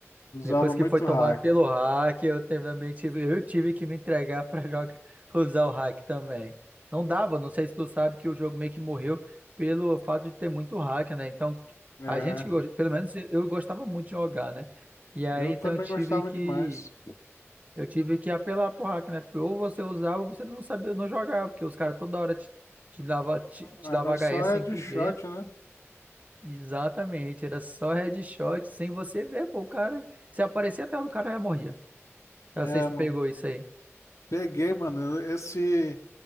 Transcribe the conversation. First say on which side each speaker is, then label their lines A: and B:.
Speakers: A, on the left; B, on the right.
A: Usava
B: depois
A: muito
B: que foi tomado
A: hack.
B: pelo hack, eu também tive, eu tive que me entregar <laughs> pra jogar, usar o hack também. Não dava, não sei se tu sabe que o jogo meio que morreu pelo fato de ter muito hack, né? Então,
A: É,
B: a gente, que go- pelo menos eu gostava muito de jogar, né? E aí,
A: eu
B: então,
A: também
B: eu tive
A: gostava
B: que,
A: demais.
B: eu tive que apelar pro hack, né? Porque ou você usava ou você não sabia, não jogava, porque os caras toda hora te, te dava, te, te
A: Era
B: dava
A: só
B: HS sem
A: headshot,
B: tu ver.
A: né?
B: Exatamente, era só headshot sem você ver, pô, o cara, se aparecia até o cara já morria. Eu
A: É,
B: não sei se tu
A: mano.
B: pegou isso aí.
A: Peguei, mano. Esse,